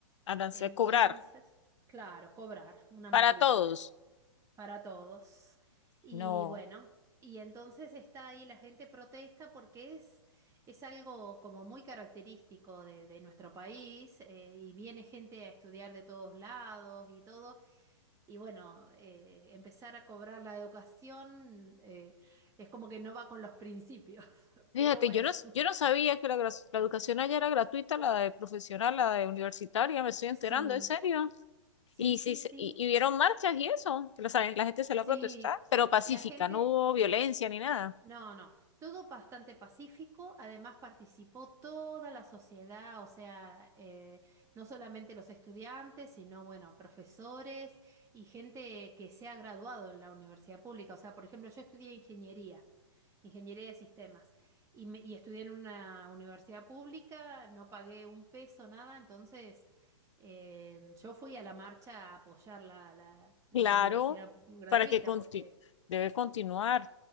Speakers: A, on the left; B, on the right.
A: Andarse
B: Entonces,
A: a cobrar
B: claro, cobrar una
A: para
B: matrícula
A: todos.
B: para todos. Y
A: No.
B: bueno, y entonces está ahí la gente protesta porque es, es algo como muy característico de, de nuestro país eh, y viene gente a estudiar de todos lados y todo. Y bueno, eh, empezar a cobrar la educación eh, es como que no va con los principios, <laughs>
A: Fíjate,
B: pero bueno,
A: yo no, yo no sabía que la, gras- la educación allá era gratuita, la de profesional, la de universitaria, me estoy enterando,
B: sí,
A: en serio.
B: sí,
A: Y,
B: sí,
A: sí, se-
B: sí,
A: y, y hubieron marchas y eso, que la, la gente se
B: sí.
A: lo protestar, pero pacífica,
B: La gente,
A: no hubo violencia ni nada.
B: No, no, todo bastante pacífico, además participó toda la sociedad, o sea, eh, no solamente los estudiantes, sino, bueno, profesores y gente que se ha graduado en la universidad pública. O sea, por ejemplo, yo estudié ingeniería, ingeniería de sistemas, y, me- y estudié en una universidad pública, no pagué un peso, nada, entonces eh, yo fui a la marcha a apoyar la, la la
A: Claro,
B: universidad gratuita,
A: para que conti-
B: porque...
A: debe continuar.